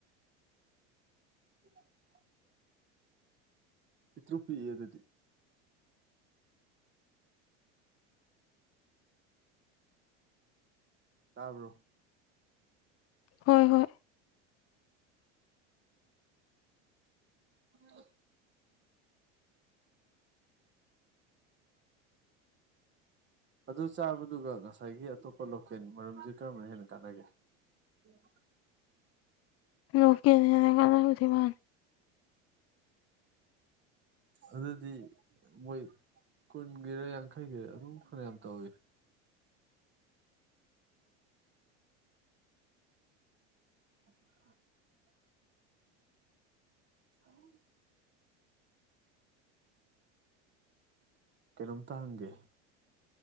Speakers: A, on the right; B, on the left.
A: <inaudible> ꯄꯇꯄꯤ ꯌꯦꯗꯗꯤ ꯇꯥꯕ꯭ꯔꯣ
B: ꯍꯣꯏ ꯍꯣꯏ
A: ꯑ ꯑꯗꯨ ꯆꯥꯕꯗꯨꯒ ꯉꯁꯥꯏꯒꯤ ꯑꯇꯣꯞꯄ ꯂꯣꯀꯦꯜ ꯃꯔꯝꯁꯤ ꯀꯔꯝꯕꯅ ꯍꯦꯟꯅ ꯀꯥꯟꯅꯒꯦ ꯎꯝ
B: ꯂꯅ ꯀꯗꯊꯃ
A: ꯑꯗꯨꯗꯤ ꯃꯣꯏ ꯀꯨꯟꯒꯤꯔꯦ ꯌꯥꯡꯈꯩꯒꯤꯔ ꯑꯗꯨꯝ ꯔꯝ ꯇꯧꯋꯔ <inaudible> ꯎꯝ ꯀꯩꯅꯣꯝ ꯇꯥꯡꯒꯦ